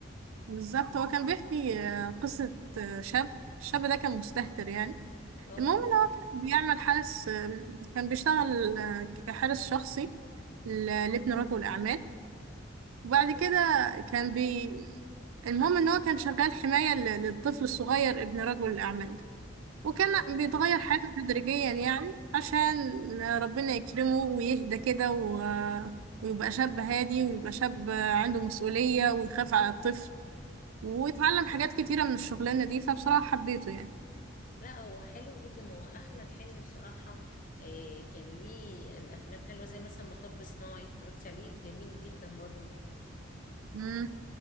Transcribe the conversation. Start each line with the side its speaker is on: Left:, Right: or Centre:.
Right: بالظبط هو كان بيحكي آه، قصة آه، شاب الشاب ده كان مستهتر يعني
Left: اه
Right: المهم ان هو كان بيعمل حارس آه، كان بيشتغل آه، كحارس شخصي ل- لابن رجل أعمال وبعد كده كان بي المهم ان هو كان شغال حماية ل- للطفل الصغير ابن رجل الأعمال ده وكان
Left: اه
Right: بيتغير حياته تدريجيا يعني عشان ربنا يكرمه ويهدى كده و... ويبقى شاب هادي ويبقى شاب عنده مسؤولية ويخاف على الطفل واتعلم حاجات كتيرة من الشغلانة دي فبصراحة حبيته يعني
Left: لا هو حلو جدا هو احمد حلمي بصراحه إيه كان ليه الافلام حلوه زي مثلا مطب صناعي اتفرجت عليه جميل جدا برضو
Right: امم